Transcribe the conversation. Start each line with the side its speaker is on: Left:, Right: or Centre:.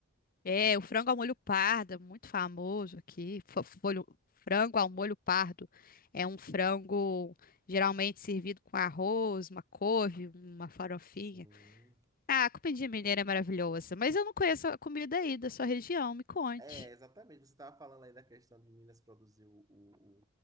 Left: É, o frango ao molho pardo, é muito famoso aqui. Fo- folho- frango ao molho pardo é um frango geralmente servido com arroz, uma couve, uma farofinha.
Right: Sim.
Left: Ah, a comidinha mineira é maravilhosa, mas eu não conheço a comida aí da sua região, me conte.
Right: É, exatamente. Você estava falando aí da questão de Minas produzir o, o,